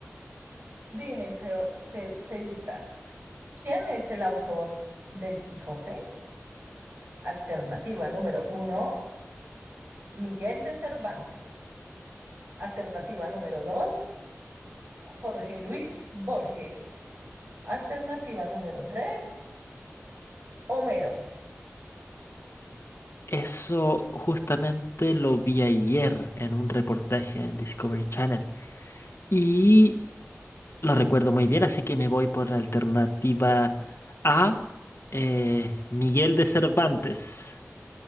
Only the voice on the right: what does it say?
Dime, Ce- Ce- Cevitas, ¿quién es el autor del Quijote? Alternativa número uno, Miguel de Cervantes. Alternativa número dos. Jorge Luis Borges. Alternativa número 3. Homero.